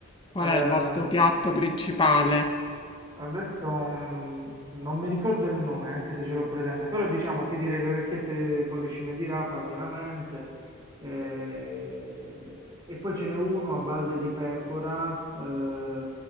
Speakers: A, on the left; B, on the right.
A: Qual
B: Ehm,
A: è il vostro piatto principale?
B: adesso non, non mi ricordo il nome, anche se ce l'ho presente, però diciamo ti direi le orecchiette con le cime di rapa, chiaramente, eh, e poi ce n'è uno a base di pecora, eh,